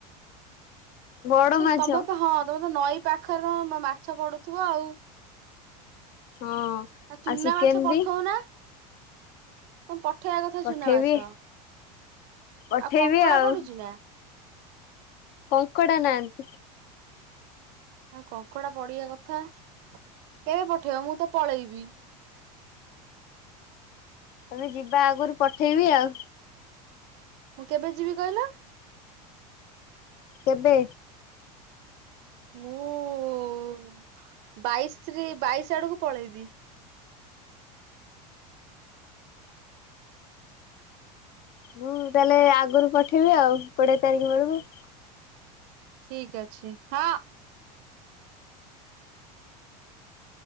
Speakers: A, on the left (about 50°); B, on the right (about 55°).
A: ବଡ ମାଛ
B: ତମର ହଁ ତମେ ତ ନଈ ପାଖରେ ରହ ମାଛ ପଡୁଥିବ ଆଉ।
A: ହଁ
B: ଆ
A: ଆଉ
B: ଚୁନା
A: ଚିକେନ
B: ମାଛ ପଠଉନା।
A: ବି
B: ତମେ ପଠେଇବା କଥା
A: ପଠେଇବି
B: ଚୁନା ମାଛ ଆଉ
A: ପଠେଇବି
B: କଙ୍କଡ଼ା
A: ଆଉ
B: ପଡୁଛି ନା
A: କଙ୍କଡ଼ା ନାହାନ୍ତି।
B: ଆଉ କଙ୍କଡା ପଡିବା କଥା କେବେ ପଠେଇବ ମୁଁ ତ ପଳେଇବି।
A: ତମେ ଯିବା ଆଗରୁ ପଠେଇବି ଆଉ।
B: ମୁଁ କେବେ ଯିବି କହିଲ?
A: କେବେ
B: ମୁଁ ବାଇଶରେ ବାଇଶ ଆଡକୁ ପଳେଇବି।
A: ମୁଁ ଦେଲେ ଆଗରୁ ପଠେଇବି ଆଉ କୋଡିଏ ତାରିଖ ବେଳକୁ।
B: ଠିକ ଅଛି ହଁ।